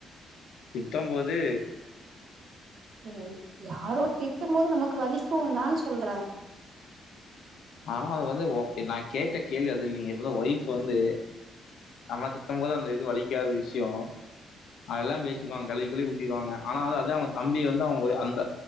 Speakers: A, on the left; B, on the right.
A: திட்டம்போது
B: இல் யாரோ திட்டும் போது நமக்கு வலிக்கும்லான் சொல்ற
A: ஆனா அது வந்து ஓ நா கேட்ட கேள்வி அது இல்லிங்க இப்பதா ஒய்ஃப் வந்து நம்ம திட்டும் போது அந்த இது வலிக்காத விஷயோ அதுல்லா பேசிடுவாங்க கழுவி கழுவி ஊத்திருவாங்க ஆனாலும் அதா அவங்க தம்பி வந்து அவுங்க அந்த